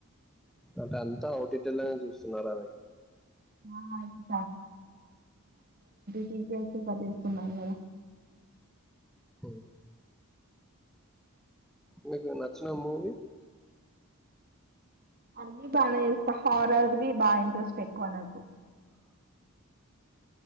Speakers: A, in the centre; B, on the right.
A: అే అంత టీ చూ సున్నారా
B: ఆ! ఇప్పుడు కేచ్చి పది తీస్తుకున్నారు కదా
A: ఉ నీకునచ్చిన మూవి
B: అ బానే ఇస్తా హారర్వి బాగా ఇంట్రెస్ట్ ఎక్కువ నాకు